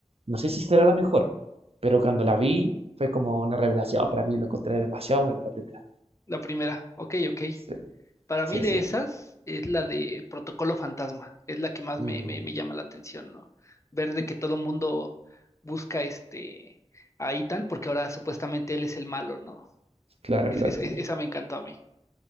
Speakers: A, on the right; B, on the left.
A: no sé si será la mejor, pero cuando la vi fue como una revelación oh, para mí, lo encontré demasiado bueno la primera.
B: La primera. Ok, ok.
A: Sí,
B: Para
A: Sí,
B: mí de
A: sí.
B: esas es la de Protocolo Fantasma. Es la que más
A: Mm.
B: me, me, me llama la atención, ¿no? Ver de que todo el mundo busca este a Ethan porque ahora supuestamente él es el malo, ¿no?
A: claro,
B: Es-
A: claro,
B: es-
A: claro.
B: es- esa me encantó a mí.